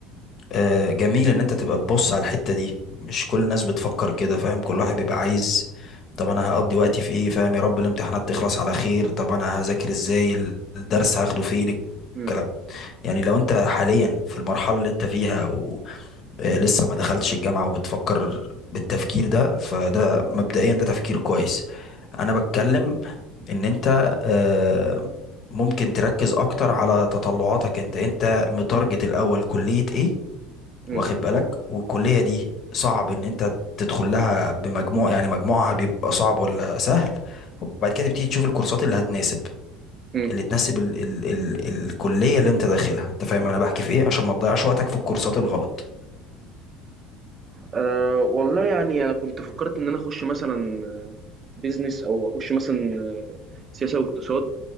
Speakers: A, on the left; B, on the right.
A: آه جميل ان انت تبقى تبص على الحتة دي مش كل الناس بتفكر كده فاهم كل واحد بيبقى عايز طب انا هقضي وقتي في ايه فاهم يا رب الامتحانات تخلص على خير طب انا هذاكر ازاي الدرس هاخده فين
B: مم.
A: الكلام يعني لو انت حاليا في المرحلة اللي انت فيها ولسه ما دخلتش الجامعة وبتفكر بالتفكير ده فده مبدئيا ده تفكير كويس انا بتكلم ان انت آه، ممكن تركز اكتر على تطلعاتك انت انت متارجت الاول كلية ايه
B: مم.
A: واخد بالك والكلية دي صعب ان انت تدخل لها بمجموع يعني مجموعها بيبقى صعب ولا سهل وبعد كده تبتدي تشوف الكورسات اللي هتناسب
B: مم.
A: اللي تناسب ال ال ال الكلية اللي انت داخلها انت فاهم انا بحكي في ايه عشان ما تضيعش وقتك في الكورسات الغلط
B: أه والله يعني انا كنت فكرت ان انا اخش مثلا بيزنس او اخش مثلا آه، سياسه واقتصاد